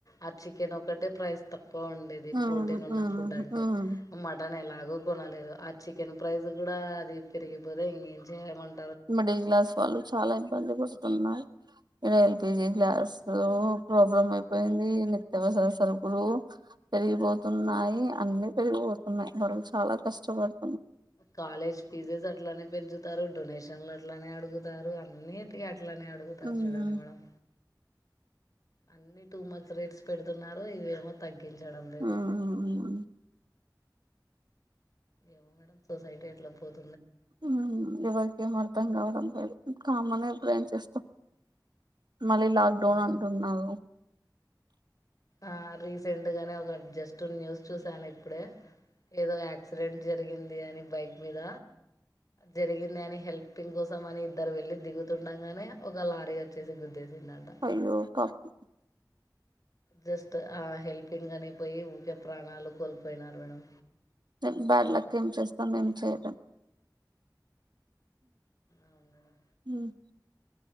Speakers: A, on the left (about 50°); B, on the right (about 65°).
A: ఆచ్చి చికెన్ ఒక్కటే ప్రైస్ తక్ ఎక్కువ ఉండేది
B: ఉమ్
A: ప్రోటీన్ ఉన్న
B: ఉమ్
A: ఫుడ్ అంటే
B: ఉమ్
A: మటన్ ఎలా కోనలేదు ఆచి టెంప్రైజర్ కూడా అది పెరిగిపోది ఇంగ ఏం చేయలే మన్
B: మిడిల్ క్లాస్ వాళ్ళు చాలా ఇబ్బంది బసుతున్నారు ఇ ఎల్పిజి గ్యాస్ ప్రాబ్లం అయిపోయింది నిత్యవసర సరుకులు పెరిగిపోతున్నాయి అన్ని పెరిగిపోతు ఉన్నాయి వాళ్ళు చాలా కష్టపడు
A: కాలేజ్ పీజెస్ అట్లనే పెంచుతు తరు డొనేషన్లు అట్లనే అడుగుతారు అన్నిటి అ ట్లనే అడుగుతారు
B: ఉమ్
A: చూడండి మేడం అన్ని టూ మచ్ రేట్స్ పెడుతున్నారు ఇదిమో తగ్గి గించడం లేదు
B: ఉమ్
A: ఏమో మేడం సొసైటీ ఎట్లా పోదు
B: ఉ ఎవరికి ఏం అర్థం గావడం లేదు కామన్ యే ఇప్పుడు ఏం చేస్తాం మళ్ళీ లాక్డౌన్
A: ఆ
B: అంటున్నారు
A: ఆ రీసెంట్ గానే ఒక జస్ట్ న్యూస్ చూసాను ఇప్పుడే ఏదో యాక్సిడెంట్ జరిగింది అని బైక్ మీద జరిగింది అని హెల్పింగ్ కోసం అని ఇద్దరు వెళ్ళి దిగుతుండగానే ఒక లారీగా వచ్చేసి గుద్దేసిందిట
B: అయ్యో కాపుం
A: జస్ట్ ఆ హెల్పింగ్ అనిపోయి ఊరికే ప్రాణాలు కోల్పోయినారు మేడం
B: అ బ్యాడ్ లక్ ఏం చేస్ అందిన్ చోటే
A: అవును మేడం
B: ఉమ్